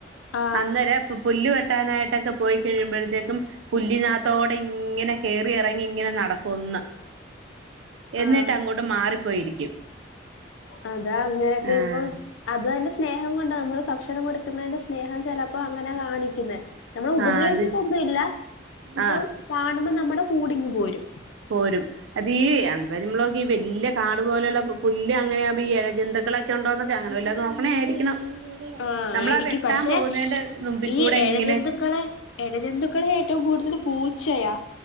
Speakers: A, on the left; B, on the right.
A: ആഹ്
B: അന്നേര പുല്ലുവട്ട കിട്ടാനായിട്ടൊക്കെ പോയി കഴിയുമ്പോഴത്തേക്കും പുല്ലിനാത്തോടെ ഇങ്ങനെ കയറി ഇറങ്ങി ഇങ്ങനെ നടക്കും ഒന്ന്. എന്നിട്ട്
A: ആഹ്
B: അങ്ങോട്ട് മാറിപ്പോയിരിക്കും.
A: അതാ അങ്ങനെയൊക്കെ
B: ആഹ്
A: ഇപ്പൊ അത് തന്നെ. സ്നേഹം കൊണ്ട് നമ്മള് ഭക്ഷണം കൊടുക്കുന്നതിന്റെ സ്നേഹം ചെിലപ്പോ അങ്ങനെ കാണിക്കുന്നത്. നമ്മൾ ഉപദ്രവിച്ചട്ടൊന്നും
B: ആഹ് അത്
A: ഇല്ല ഇപ്പൊ
B: ആഹ്
A: കാണുമ്പോ നമ്മുടെ കൂടിങ്ങ് പോരും.
B: പോരും അതീഈ എ നമ്മളക്ക് ഈ വലിയ കാട് പോലെയുള്ള പുല്ല്. അങ്ങനെ ആകുമ്പോ ഈ ഇഴജന്ത് ക്കൊക്കെ ഉണ്ടോക്കെ അങ്ങനെ വല്ലോണ ആയിരിക്കണം.
A: ആ
B: നമ്മളാ
A: ആയിരിക്കും
B: വെട്ടാൻ
A: പക്ഷെ
B: പോകുന്നതിന്റെ നുമ്പി
A: ഈ
B: കൂടെ
A: എയജന്തുക്കളെ
B: ഇങ്ങനെ
A: എയ ജന്തുക്കളെ ആയിററും. കൂടുതൽ പൂച്ചയാ